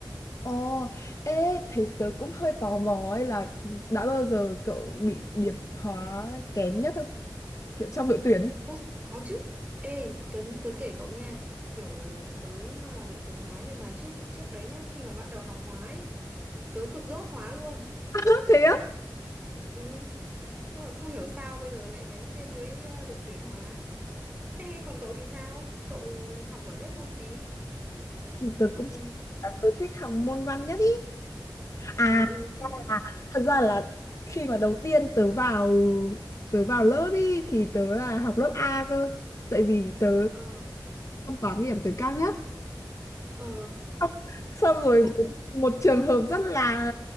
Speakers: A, on the left; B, on the right.
A: Ồ, ê, thế tớ cũng hơi tò mò ấy là đã bao giờ cậu bị điểm hóa kém nhất không? Kiểu trong đội tuyển ấy.
B: Ô, có chứ. Ê, tớ, tớ kể cậu nha, kiểu tớ là đội tuyển hóa nhưng mà trước trước đấy nhá, khi mà bắt đầu học hóa ấy, tớ cực dốt hóa luôn.
A: <laughs> Thế á?
B: Ừ. Nhưng mà không hiểu sao bây giờ lại bén duyên với ờ, đội tuyển hóa. Thế còn cậu thì sao? Cậu học giỏi nhất môn gì?
A: Tớ cũng
B: Ừ,
A: tớ thích học môn văn nhất ý. À,
B: à, ừ thì
A: thật ra là thật ra là khi mà đầu tiên tớ vào tớ vào lớp ý thì tớ là học lớp A cơ tại vì tớ
B: ờ
A: môn toán điểm tớ cao nhất
B: ờ
A: xong xong rồi
B: sao
A: một, một trường hợp rất là